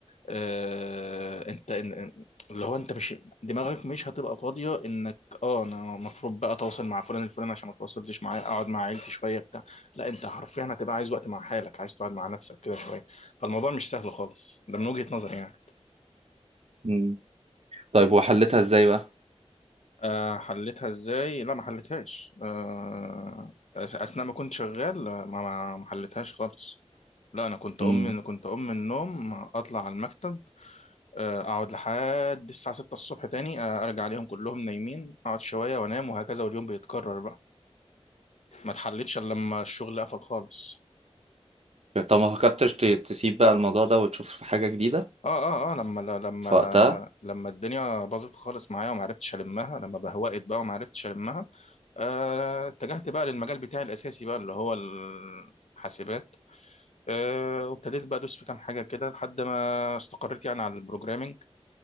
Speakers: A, on the left; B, on the right.
A: آه، انت إن- إن- اللي هو انت مش دماغك مش هتبقى فاضيه انك اه انا المفروض بقى اتواصل مع فلان الفلاني عشان ما اتواصلتش معاه اقعد مع عيلتي شويه بتاع لا انت حرفيا هتبقى عايز وقت مع حالك عايز تقعد مع نفسك كده شويه فالموضوع مش سهل خالص ده من وجهه نظري يعني
B: مم. طيب وحلتها ازاي بقى
A: أه حلتها ازاي لا ما حلتهاش أه اثناء ما كنت شغال ما ما ما حلتهاش خالص لا انا كنت
B: مم.
A: اقوم من كنت اقوم من النوم اطلع على المكتب آه، اقعد لحد الساعه 6 الصبح تاني آه، ارجع عليهم كلهم نايمين اقعد شويه وانام وهكذا واليوم بيتكرر بقى ما اتحلتش الا لما الشغل قفل خالص
B: طب ما فكرتش ت- تسيب بقى الموضوع ده وتشوف حاجة جديدة
A: اه اه اه لما لما
B: في وقتها
A: لما الدنيا باظت خالص معايا وما عرفتش المها لما بهوقت بقى وما عرفتش المها آه، اتجهت بقى للمجال بتاعي الاساسي بقى اللي هو الحاسبات آه، وابتديت بقى ادوس في كام حاجه كده لحد ما استقريت يعني على البروجرامينج